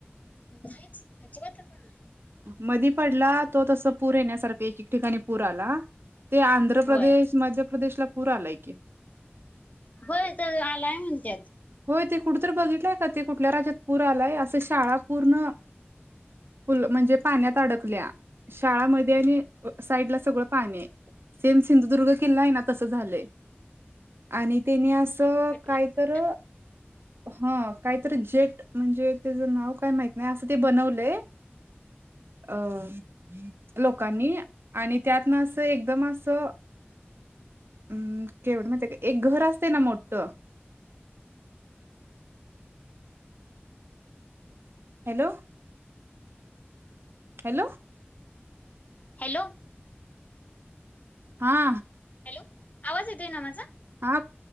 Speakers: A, on the left (about 35°); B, on the right (about 60°).
A: नाहीच, अजिबातच नाही.
B: मधी पडला तो तस पूर येण्यासारखा, एक एक ठिकाणी पूर आला. ते आंध्र
A: होय
B: प्रदेश, मध्य प्रदेशला पूर आलाय की.
A: ब तर आलाय म्हणत्यात.
B: होय ते कुठ तर बघितलय का? ते कुठल्या राज्यात पूर आलाय. अस शाळा पूर्ण फुल, म्हणजे पाण्यात अडकल्या. शाळामध्ये आणि साईडला सगळ पाणी आहे. सेम सिंधुदुर्ग किल्ला आहे ना तसं झालंय. आणि त्यानी असं
A: भेटलासा
B: कायतर, हा कायतरी जेट म्हणजे त्याचं नाव काय माहत नाही असं ते बनवलंय. अं लोकांनी आणि त्यातन असं एकदम असं हम्म केवढ माहितीय काय एक घर असतयना मोठं, हॅलो! हॅलो!
A: हॅलो!
B: हा
A: हॅलो आवाज येतोय ना माझा?
B: हा